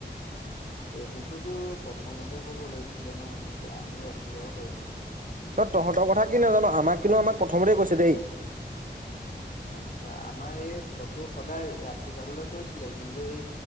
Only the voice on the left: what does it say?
<inaudible> এইটোতোতো প্ৰথমতে কব লাগিছিলে ন' তেতিয়া আমি ৰাখি যাব পাৰিলো হয়।
আচ্ছা। আমাৰ এই ফটো সদায় ৰাখি যাবলৈ কৈছিলে। কিন্তু এই